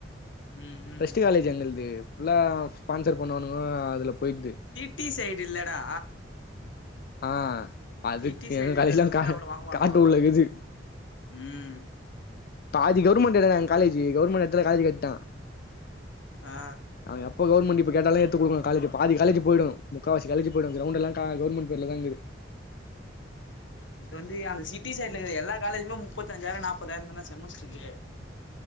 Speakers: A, on the left; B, on the left.
A: ம் ம்
B: பேஸ்ட்டு காலேஜ் எங்குளுது புல்லா ஸ்பான்சர் பண்ணுவானுங்கோ அதுல போயிடுது
A: டி சைடு இல்லடா
B: ஆ அதுக்கு
A: சிட்டி சைடுன்றதால
B: எங்க காலேஜி எல்லா
A: தான்டா
B: கா
A: அவ்ளோ வாங்குவானுங்கோ
B: காட்டு குள்ள இக்குது
A: ம்
B: பாதி கவர்மெண்ட் இடன்னா எங்க காலேஜு கவர்மெண்ட் இடத்துல காலேஜ் கட்டா
A: ஆ
B: அவெ எப்ப கவர்மெண்ட இப்ப கேட்டாலூ எத்துகுடுக்கனூ காலேஜ்க்கு பாதி காலேஜ் போய்டூ முக்காவாசி காலேஜ் போய்டூ கிரவுண்ட் எல்லா கா கவர்மெண்ட் பேர்ல தா கீது
A: இது வந்து அந்த சிட்டிசன்னு எல்லா காலேஜுமே முப்பத்தஞ்சாயிரோ நாப்பதாயிரம்ந்தா செமஸ்ட்ருக்கு